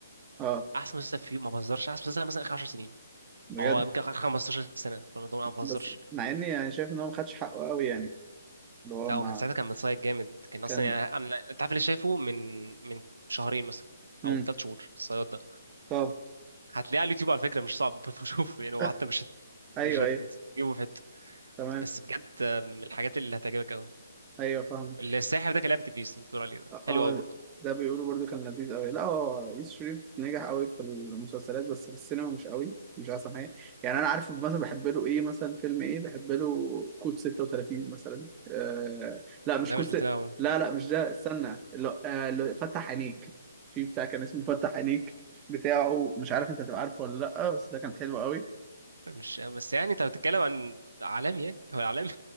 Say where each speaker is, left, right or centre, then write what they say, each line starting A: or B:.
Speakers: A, on the right; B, on the right.
A: اه
B: احسن مسلسل في ما بهزرش احسن مسلسل مثلا اخر 10 سنين
A: بجد
B: هو يمكن اخر 15 سنه فالموضوع انا ما بهزرش
A: بس مع اني يعني شايف ان هو ما خدش حقه قوي يعني اللي هو
B: لا
A: ما
B: هو كان ساعتها كان متصايد جامد كان
A: كان
B: اصلا يعني انا انت عارف اللي شايفه من من شهرين مثلا
A: امم
B: او من ثلاث شهور الصياد ده
A: اه
B: هتلاقيه على اليوتيوب على فكره مش صعب <laughs> تشوفه يعني هو
A: <laughs>
B: حتى مش هت...
A: ايوه
B: مش هتجيبه
A: ايوه
B: في حته
A: تمام
B: بس بجد من الحاجات اللي هتعجبك قوي
A: ايوه فاهم
B: الساحر ده كان لعبه ابليس انت بتقول عليه ده
A: اه
B: حلو قوي برضه
A: ده بيقولوا برضو كان لذيذ قوي لا هو يوسف شريف نجح قوي في المسلسلات بس في السينما مش قوي مش احسن حاجه يعني انا عارف مثلا بحب له ايه مثلا فيلم ايه بحب له كود 36 مثلا آه لا مش
B: ده
A: كود
B: مش
A: ست...
B: بتاعه
A: لا لا مش ده استنى اللي آه اللي فتح عينيك في بتاع كان اسمه فتح عينيك بتاعه مش عارف انت هتبقى عارفه ولا لا بس ده كان حلو قوي
B: مش بس يعني انت بتتكلم عن عالمي يعني هو عالمي